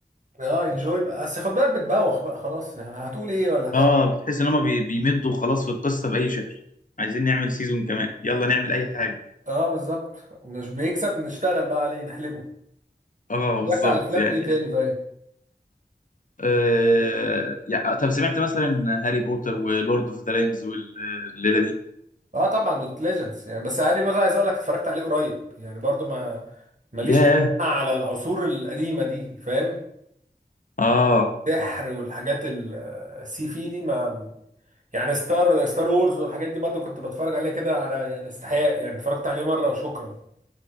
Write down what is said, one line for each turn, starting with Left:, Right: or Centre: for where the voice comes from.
Right: اه انجوي بقى بس خد بالك بتبوخ بقى خلاص هتقول ايه ولا هتعمل
Left: اه بتحس ان هما بي- بيمدوا خلاص في القصة بأي شكل عايزين نعمل سيزون كمان يلا نعمل اي حاجة
Right: اه بالظبط مش بيكسب نشتغل بقى عليه نحلبه
Left: اه
Right: اتفرجت
Left: بالظبط
Right: على افلام
Left: يعني
Right: ايه تاني طيب
Left: آه... يعني طب سمعت مثلا هاري بوتر ولورد اوف ذا رينجز والليله دي
Right: اه طبعا دوت ليجندز يعني بس هاري بوتر عايز اقول لك اتفرجت عليه قريب يعني برضو ما ماليش
Left: ياه
Right: تقول على العصور القديمه دي فاهم
Left: اه
Right: سحر والحاجات ال- السي في دي ما يعني ستار ستار وورز والحاجات دي برضو كنت بتفرج عليها كده على يعني استحياء يعني اتفرجت عليه مره وشكرا